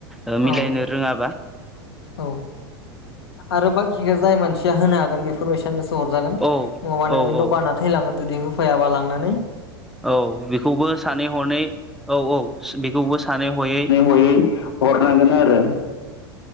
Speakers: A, in the centre; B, on the left.
A: ओ मिलायनो
B: औ
A: रोङाबा
B: औ आरो बाखि। जाय मानसिया होनो हागोन बेफोरबायसानोसो हरजागोन
A: औ
B: नङाबा
A: औ
B: नोंनि दखाना।
A: औ
B: थैलांगोन जुदि होफैयाबा लांनानैनो
A: औ बेखौबो सानै हनै औ औ बेखौबो सानै हयै
B: हरनांगोन आरो।